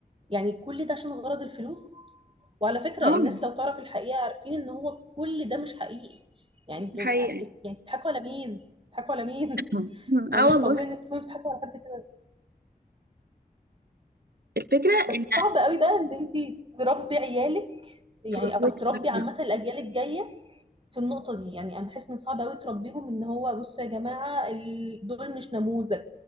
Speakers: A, on the right; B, on the right.
A: يعني كل ده عشان غرض الفلوس وعلى فكرة
B: اه
A: الناس لو تعرف الحقيقة عارفين ان هو كل ده مش حقيقي يعني
B: دي
A: انتوا
B: حقيقة
A: أكيد- يعني بتضحكوا على مين؟ بتضحكوا على مين؟
B: <laughs> أمم،
A: ما
B: اه
A: مش
B: والله
A: طبيعي ان انت تكوني بتحبي على قد كده
B: الفكرة
A: بس
B: ان
A: صعب قوي بقى ان انت تربي عيالك يعني
B: فروت
A: او تربي
B: انت
A: عامه الاجيال الجايه في النقطه دي يعني انا بحس ان صعب قوي تربيهم ان هو بصوا يا جماعه ال- دول مش نموذج